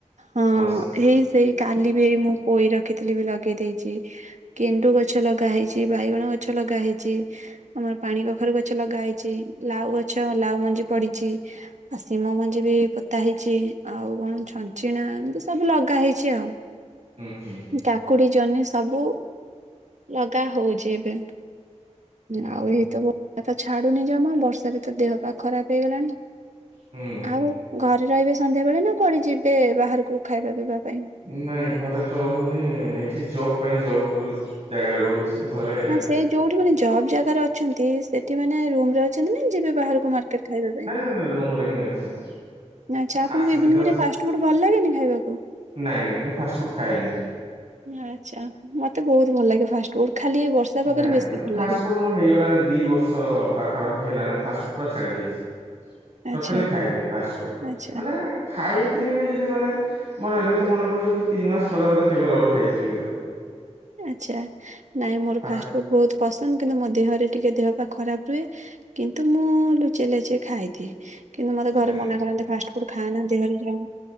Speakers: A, on the right; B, on the right.
A: ହଁ
B: ମସ୍ତ।
A: ଏଇ ସେଇ କାଲି ବି ହେଇ ମୁଁ ପୋଇ ରଖିଥିଲି ବି ଲଗେଇ ଦେଇଚି। ଗେଣ୍ଡୁ ଗଛ ଲଗା ହେଇଚି, ବାଇଗଣ ଗଛ ଲଗା ହେଇଚି। ଆମର ପାଣି କଖାରୁ ଗଛ ଲଗା ହେଇଚି, ଲାଉ ଗଛ ଲାଉ ମଞ୍ଜି ପଡିଚି। ଆଉ ଶିମ ମଞ୍ଜି ବି ପୋତା ହେଇଚି, ଆଉ କଣ ଛନ୍? ଛଞ୍ଚିଣା ଏମିତି ସବୁ ଲଗା ହେଇଚି ଆଉ
B: ହୁଁ ହୁଁ।
A: କାକୁଡି ଜହ୍ନି ସବୁ ଲଗା ହଉଚି ଏବେ।
B: ହୁଁ
A: ଆଉ
B: ହୁଁ।
A: ଏଇତ ବର୍ଷା ତ ଛାଡୁନି ଜମା, ବର୍ଷାରେ ତ ଦେହ ପା ଖରାପ ହେଇଗଲାଣି।
B: ହୁଁ
A: ଆଉ ଘରେ ରହିବେ ସନ୍ଧ୍ୟା ବେଳେ ନା କୁଆଡେ ଯିବେ ବାହାରକୁ ଖାଇବା ପିଇବା ପାଇଁ?
B: ନାଇଁ ଘରେ ତ ରହୁନି ଏଠି ଜବ ପାଇଁ ଜବ୍ ଜାଗାରେ ରହୁଛି। ଘରେ
A: ହଁ ସେଇ ଯୋଉଠି ମାନେ ଜବ୍ ଜାଗାରେ ଅଛନ୍ତି। ସେଠି ମାନେ ରୁମ୍ ରେ। ଅଛନ୍ତି ନା ଯିବେ ବାହାରକୁ ମାର୍କେଟ ଖାଇବା ପାଇଁ?
B: ରୁମ୍ ରେ ହିଁ ଅଛୁ।
A: ନା ଆଛା ଆପଣଙ୍କୁ
B: ଆସିଲି
A: ଇଭିନିରେ
B: ତ
A: ଫାଷ୍ଟ ଫୁଡ ଭଲ ଲାଗେନି ଖାଇବାକୁ?
B: ନାଇଁ ନାଇଁ ମୁଁ ଫାଷ୍ଟ ଫୁଡ ଖାଏନି।
A: ଆଛା ମତେ ବହୁତ ଭଲ ଲାଗେ। ଫାଷ୍ଟ ଖାଲି ବର୍ଷା ପାଗରେ
B: ନାଇଁ
A: ବେଶୀ ଭଲ
B: ଫାଷ୍ଟଫୁଡ
A: ଲାଗେ।
B: ମୁଁ ହେଇଗଲାଣି ଦି ବର୍ଷ ପାଖାପାଖି ହେଲାଣି ମୁଁ ଫାଷ୍ଟଫୁଡ ପୁରା ଛାଡି ଦେଇଛି। ଟୋଟଲି
A: ଆଚ୍ଛା
B: ଖାଇନି ଫାଷ୍ଟ ଫୁଡ
A: ଆଚ୍ଛା।
B: ମାନେ ଖାଇ କେବେବି ଯଦି ମାନେ ମର ଏବେ ତ ମନେ ପଡୁଛି ବୋଧେ ତିନି ମାସ ତଳେ ବୋଧେ କେବେ ରୋଲ ଖାଇଥିଲ ବୋଧେ।
A: ଆଛା ନାଇଁ ମୋର
B: ଫାଷ୍ଟ
A: ଫାଷ୍ଟଫୁଡ ବହୁତ ପସନ୍ଦ କିନ୍ତୁ ମୋ ଦେହରେ ଟିକେ ଦେହ ପା ଖରାପ ରୁହେ। କିନ୍ତୁ ମୁଁ ଲୁଚେଇ ଲାଚେଇ ଖାଇଦିଏ। କିନ୍ତୁ ମୋତେ ଘରେ
B: ନାଇଁ
A: ମନା କରନ୍ତି ଫାଷ୍ଟଫୁଡ୍ ଖାଆ ନା। ଦେହରେ ଯାଉ